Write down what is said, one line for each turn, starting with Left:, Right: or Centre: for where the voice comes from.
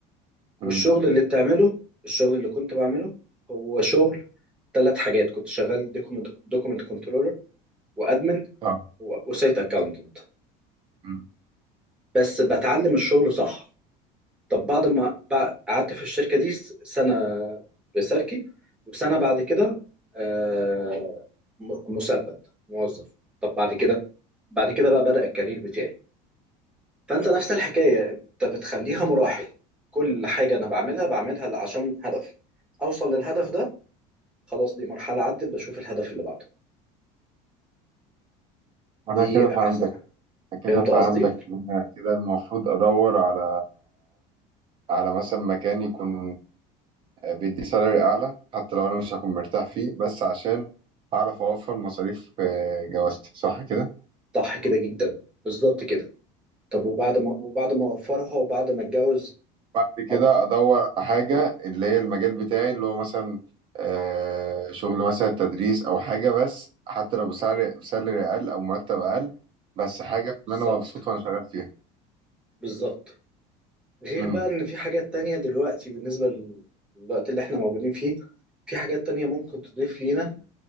Right: مم.
Centre: والشغل اللي بتعمله الشغل اللي كنت بعمله هو شغل ثلاث حاجات كنت شغال دوكمنت دوكمنت كنترولر وادمن
Right: آه.
Centre: وسايت اكاونتنت
Right: مم.
Centre: بس بتعلم الشغل صح طب بعد ما بع- قعدت في الشركة دي س- سنة ريسيركي وسنة بعد كده آه، م- مثبت موظف طب بعد كده بعد كده بقى بدأ الكارير بتاعي فانت نفس الحكايه انت بتخليها مراحل كل حاجه انا بعملها بعملها عشان هدف اوصل للهدف ده خلاص دي مرحله عدت بشوف الهدف اللي بعده
Right: أنا
Centre: دي
Right: كده فهمتك
Centre: احسن
Right: كده
Centre: فهمت
Right: فهمتك
Centre: قصدي
Right: أنا كده المفروض أدور على على مثلا مكان يكون آه، بيدي سالري أعلى حتى لو أنا مش هكون مرتاح فيه بس عشان أعرف أوفر مصاريف آه، جوازتي صح كده؟
Centre: صح كده جدا بالظبط كده طب وبعد ما وبعد ما اوفرها وبعد ما اتجوز
Right: بعد كده
Centre: او
Right: ادور على حاجه اللي هي المجال بتاعي اللي هو مثلا آه، شغل مثلا تدريس او حاجه بس حتى لو بسعر بسالري اقل او مرتب اقل بس حاجه
Centre: بالظبط
Right: ان انا مبسوط وانا شغال فيها
Centre: بالظبط غير
Right: امم
Centre: بقى ان في حاجات تانية دلوقتي بالنسبه للوقت اللي احنا موجودين فيه في حاجات تانية ممكن تضيف لينا